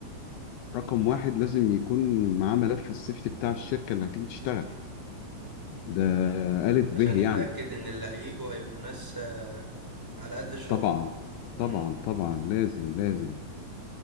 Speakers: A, on the left; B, in the centre.
A: رقم واحد لازم يكون معاه ملف السيفتي بتاع الشركة اللي هتيجي تشتغل ده ألف به
B: عشان يتاكد
A: يعني
B: ان اللي هيجوا هيبقوا ناس آه، على قد الشغل
A: طبعا طبعا
B: امم
A: طبعا لازم لازم